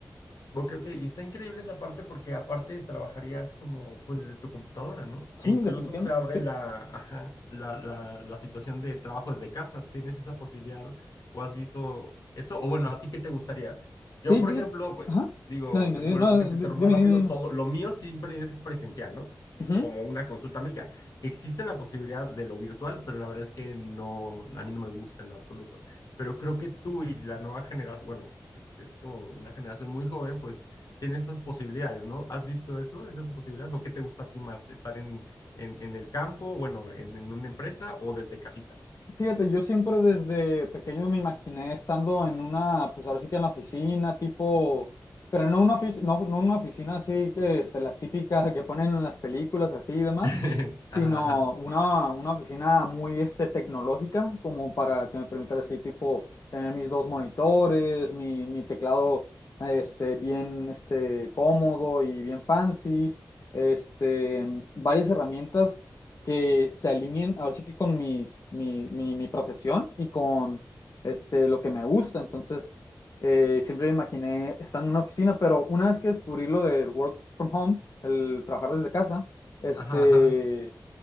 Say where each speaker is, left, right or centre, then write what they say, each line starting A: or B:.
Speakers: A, on the left; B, on the left.
A: Ok, ok, y está increíble esa parte porque aparte trabajarías como pues desde tu computadora, ¿no?
B: Sí,
A: E incluso
B: definitivamente,
A: se abre
B: sí.
A: la, ajá, la, la, la situación de trabajo desde casa. ¿Tienes esa posibilidad o has visto eso? O bueno, ¿a ti qué te gustaría?
B: Sí,
A: Yo, por
B: fíjate.
A: ejemplo, pues,
B: Ajá.
A: digo,
B: No, dime,
A: que-
B: dime,
A: perdón
B: no,
A: que te interrumpa
B: di- dime,
A: rápido,
B: dime,
A: todo, lo mío siempre es presencial, ¿no?
B: dime.
A: Como una consulta médica. Existe la posibilidad de lo virtual, pero la verdad es que no, a mí no me gusta en lo absoluto pero creo que tú y la nueva generación, bueno, es, es como una generación muy joven, pues tiene esas posibilidades, ¿no? ¿Has visto eso, esas posibilidades? ¿O qué te gusta a ti más? ¿Estar en, en, en el campo, bueno, en, en una empresa o desde casita?
B: Fíjate, yo siempre desde pequeño me imaginé estando en una, pues ahora sí que en la oficina, tipo, pero no una oficina, no, no una oficina así que este, la típica que ponen en las películas así y demás,
A: <laughs>
B: sino
A: Ajá, ajá,
B: una, una oficina muy este, tecnológica, como para que me permita así, tipo, tener mis dos monitores, mi, mi teclado este, bien este, cómodo y bien fancy, este, varias herramientas que se alineen ahora sí que con mis, mi, mi, mi profesión y con este, lo que me gusta. Entonces, eh, siempre me imaginé estar en una oficina, pero una vez que descubrí lo del work from home, el trabajar desde casa, este,
A: ajá, ajá.